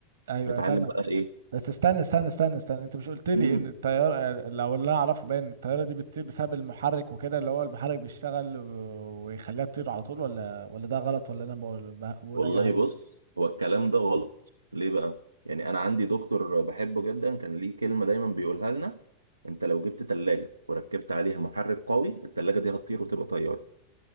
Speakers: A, on the right; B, on the right.
A: ايوه
B: نتعلم
A: أيوة، فاهمك
B: بقى ايه
A: بس استنى استنى استنى استنى انت مش قلت لي
B: ايه
A: ان الطياره لو اللي انا اعرفه باين إن الطياره دي بتطير بسبب المحرك وكده اللي هو المحرك بيشتغل و- ويخليها تطير على طول ولا ولا ده غلط ولا انا بقول بقول
B: والله
A: اي هبل
B: بص هو الكلام ده غلط ليه بقى يعني انا عندي دكتور بحبه جدا كان ليه كلمة دايما بيقولها لنا انت لو جبت تلاجة وركبت عليها محرك قوي التلاجة دي هتطير وتبقى طيارة